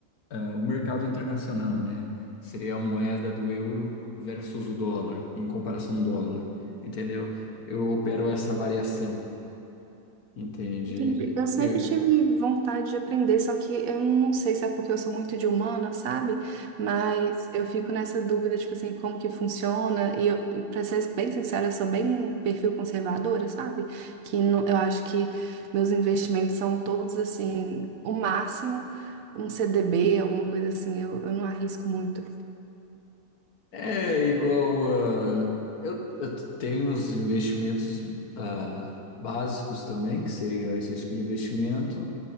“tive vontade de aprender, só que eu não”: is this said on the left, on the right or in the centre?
Right